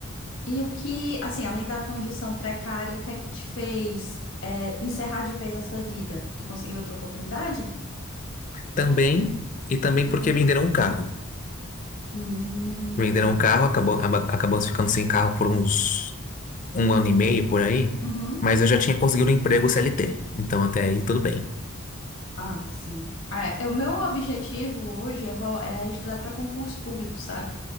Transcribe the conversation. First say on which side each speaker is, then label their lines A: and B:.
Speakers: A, on the left; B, on the left.
A: E o que, assim, além da condição precária, o que é que te fez é, encerrar de vez essa vida? Tu conseguiu outra oportunidade?
B: Também, e também
A: Uhum.
B: porque venderam um carro.
A: Hum.
B: Venderam um carro, acabou, aba- acabamos ficando sem carro por uns um ano e meio, por aí.
A: Uhum.
B: Mas eu já tinha conseguido um emprego CLT. Então, até aí, tudo bem.
A: Ah, sim. Ah, é, é o meu objetivo hoje é, vol- é estudar para concurso público, sabe?